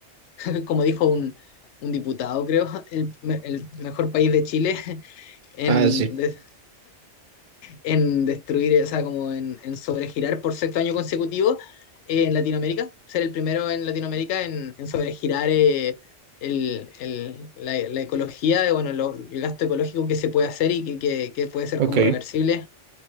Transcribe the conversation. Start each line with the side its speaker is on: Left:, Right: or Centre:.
Left: <laughs> como dijo un, un diputado, creo, <laughs> el, el mejor país de Chile <laughs> en,
Right: Ah, sí.
Left: de- en destruir, o sea, como en, en sobregirar por sexto año consecutivo eh, en Latinoamérica, ser el primero en Latinoamérica en, en sobregirar eh, el, el- la, la ecología, eh, bueno, lo- el gasto ecológico que se puede hacer y que, que- que puede ser
Right: Ok,
Left: como reversible.